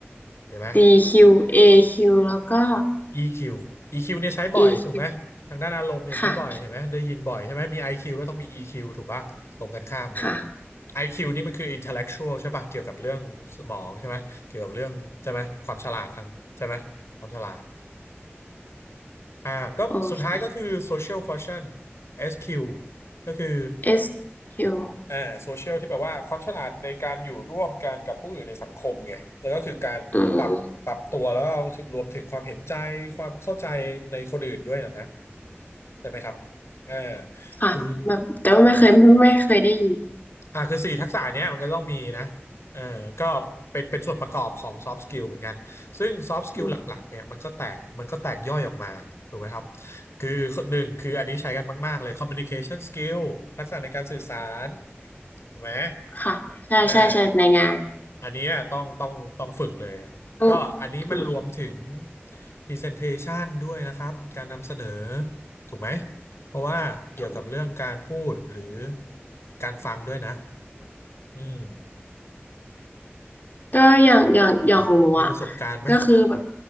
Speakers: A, on the left; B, on the left.
A: เห็นไหม
B: CQ AQ แล้วก็
A: EQ EQ เนี่ยใช้บ่อยถูกไหมทางด้านอารมณ์เนี่ยใช้บ่อยเห็นไหมได้ยินบ่อยใช่ไหมมี
B: EQ ควค่ะ
A: IQ ก็ต้องมี EQ ถูกปะตรงกันข้ามไง
B: ค่ะ
A: IQ นี่มันคือ intellectual ใช่ปะเกี่ยวกับเรื่องสมองใช่ไหมเกี่ยวกับเรื่องใช่ไหมความฉลาดทางใช่ไหมความฉลาดอ่าก็สุดท้ายก็คือ
B: โอเค
A: social quotient SQ ก็คือ
B: SQ อสคิว
A: อ่าโซเชียลที่แปลว่าความฉลาดในการอยู่ร่วมกันกับผู้อื่นในสังคมไงแล้วก็คือการปรับปรับตัวแล้วก็รวมถึงความเห็นใจความเข้าใจในคนอื่นด้วยนะนะ
B: อืม
A: ใช่ไหมครับเอ่า
B: ค่ะแบบแต่ว่าไม่เคยไม่ไม่เคยได้ยิน
A: คือ อ่าคือสี่ทักษะเนี้ยมันก็ต้องมีนะเออก็เป็นเป็นส่วนประกอบของซอฟ t ์สกิลเหมือนกัน ซึ่งซอฟ t ์สกิลหลักๆเนี่ยมันก็แตกมันก็แตกย่อยออกมาถูกไหมครับ
B: อืม
A: คือหนึ่งคืออันนี้ใช้กันมากๆเลย communication skill ทักษะในการสื่อสารถูกไหม
B: ค่ะใช่ใช่ใช่ในงาน
A: เอออันเนี้ยต้องต้องต้องฝึกเลยอะก็อันนี้มันรวมถึง
B: อืมอื
A: presentation ด้วยนะครับการนำเสนอถูกไหมเพราะว่าเกี่ยวกับเรื่องการพูดหรือ
B: ม
A: การฟังด้วยนะ อืม
B: ก็อย่างอย่างอย่างของหนูอ่ะ
A: ครับมีประสบการณ์ไหมครับ
B: ก็คือแบบ